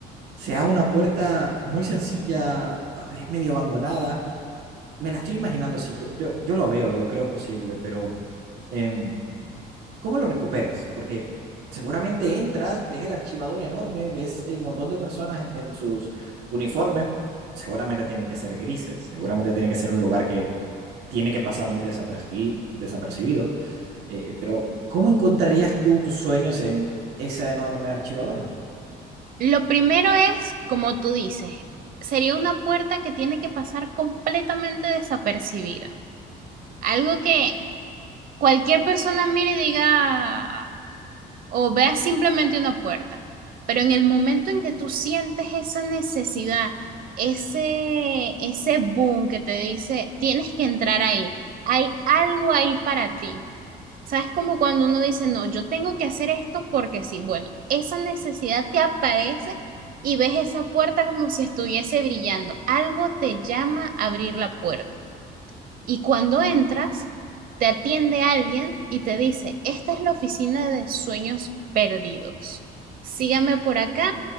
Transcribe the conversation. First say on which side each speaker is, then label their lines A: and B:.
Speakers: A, on the right; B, on the right.
A: sea una puerta muy sencilla, tal vez medio abandonada. Me la estoy imaginando así, yo, yo, yo lo veo y lo creo posible, pero eh, ¿Cómo lo recuperas? Porque seguramente entras, ves el archivador enorme, ves el montón de personas en, en sus uniformes, seguramente tienen que ser grises, seguramente tiene que ser un lugar que tiene que pasar muy desaperci- desapercibido, eh, pero ¿cómo encontrarías tú tus sueños en ese enorme archivador?
B: Lo primero es, como tú dices, sería una puerta que tiene que pasar completamente desapercibida. Algo que cualquier persona mire y diga o vea simplemente una puerta. Pero en el momento en que tú sientes esa necesidad, ese, ese boom que te dice, tienes que entrar ahí, hay algo ahí para ti ¿Sabes? Como cuando uno dice, no, yo tengo que hacer esto porque sí. Bueno, esa necesidad te aparece y ves esa puerta como si estuviese brillando. Algo te llama a abrir la puerta. Y cuando entras, te atiende alguien y te dice, esta es la oficina de sueños perdidos. Sígame por acá,